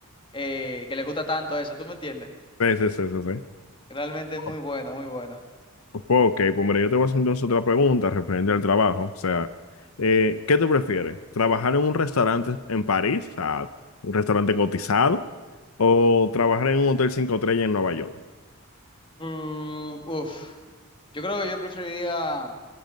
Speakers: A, on the left; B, on the left.
A: eh, que les gusta tanto eso, ¿tú me entiendes?
B: veces eso, ¿sí? sí, sí,
A: Realmente es muy
B: sí.
A: bueno, muy bueno.
B: Ok, pues mira, yo te voy a hacer entonces otra pregunta referente al trabajo. O sea, eh, ¿qué tú prefieres? ¿Trabajar en un restaurante en París, o sea, un restaurante cotizado, o trabajar en un hotel cinco estrellas en Nueva York?
A: Uh, uf. Yo creo que yo preferiría